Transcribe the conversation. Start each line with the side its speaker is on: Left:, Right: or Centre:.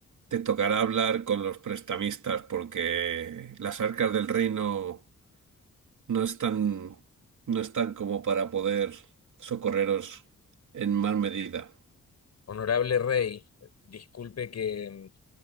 Right: Te tocará hablar con los prestamistas porque las arcas del reino no están, no están como para poder socorreros en mal medida.
Left: Honorable Rey, disculpe que